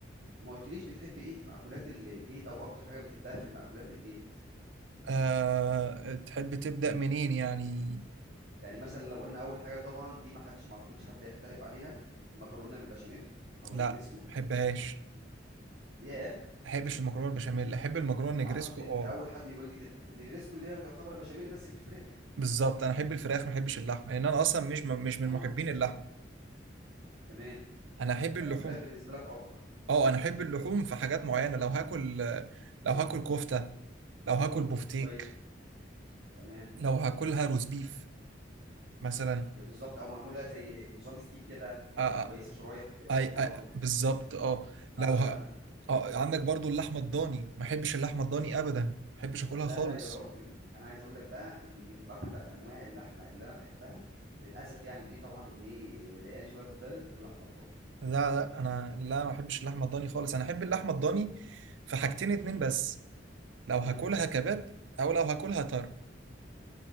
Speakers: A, on the right; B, on the right.
A: ما قلتليش بتحب ايه في مأكولات ال- البيت او اكتر حاجه بتحبها في المأكولات البيت
B: أه تحب تبدا منين يعني
A: يعني مثلا لو قلنا اول حاجه طبعا دي ما حدش ما اعتقدش حد هيختلف عليها المكرونه بالبشاميل او
B: لا
A: النجريسكو
B: ما بحبهاش
A: ياه
B: ما بحبش المكرونه البشاميل احب المكرونه النجريسكو
A: اعتقد ان انت
B: اه
A: اول حد يقول لي كده النجريسكو اللي هي يعتبر بشاميل بس بالفراخ
B: بالظبط انا احب الفراخ ما احبش اللحمه لان انا اصلا مش مش من
A: اه
B: محبين اللحمه
A: تمام
B: انا احب
A: فالفراخ
B: اللحوم
A: بالنسبه لك افضل
B: اه انا احب اللحوم في حاجات معينه لو هاكل لو
A: اه
B: هاكل كفته لو هاكل بفتيك
A: كويس تمام
B: لو هاكلها روز بيف مثلا
A: ب- بالظبط او معموله زي نظام ستيك كده
B: آه
A: بتبقى
B: آه
A: كويسه شرايح بتبقى
B: آي
A: تحفه برضو
B: آي بالظبط اه
A: بعشقها
B: لو ه... اه عندك برضو اللحمه الضاني ما احبش اللحمه الضاني ابدا ما احبش اكلها
A: لا
B: خالص
A: لا يا راجل انا عايز اقول لك بقى ان من اكتر انواع اللحمه اللي انا بحبها للاسف يعني ودي طبعا ايه ضايقاني شويه في الدايت اللحمه الضاني
B: لا لا انا لا ما احبش اللحمه الضاني خالص انا احب اللحمه الضاني في حاجتين اتنين
A: امم
B: بس لو هاكلها
A: امم
B: كباب او لو هاكلها طرب